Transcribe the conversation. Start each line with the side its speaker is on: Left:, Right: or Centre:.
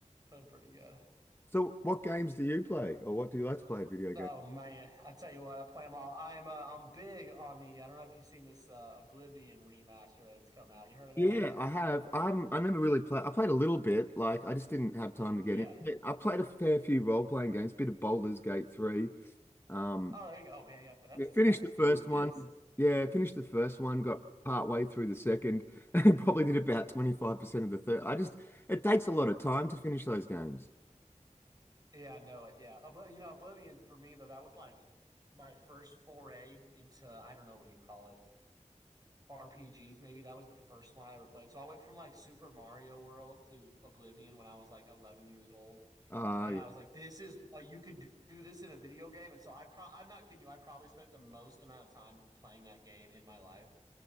Right: That's pretty good.
Left: So what games do you play or what do you like to play video games?
Right: Oh man, I tell you what, I play them all. I'm uh, I'm big on the. I don't know if you've seen this uh, Oblivion remaster that's come out. You heard of
Left: Yeah,
Right: that?
Left: I have. I haven't, I never really played. I played a little bit. Like I just didn't have time to get
Right: Yeah.
Left: in. I played a fair few role-playing games, bit of Baldur's Gate 3. Um,
Right: Oh, there you go, Oh, man. Yeah, that's
Left: yeah,
Right: as
Left: finished
Right: that's
Left: the
Right: as deep
Left: first
Right: as it gets.
Left: one. Yeah, finished the first one, got part way through the second, <laughs> and probably did about 25% of the third. I just it takes a lot of time to finish those games.
Right: Yeah, I know it. Yeah, Obl- you know Oblivion for me though, that was like my first foray into I don't know what you call it RPGs. Maybe that was the first one I ever played. So I went from like Super Mario World to Oblivion when I was like 11 years old.
Left: Uh,
Right: and
Left: yeah,
Right: I was like, "This is uh, you can do, this in a video game." And so I pro- I'm not kidding you. I probably spent the most amount of time playing that game in my life.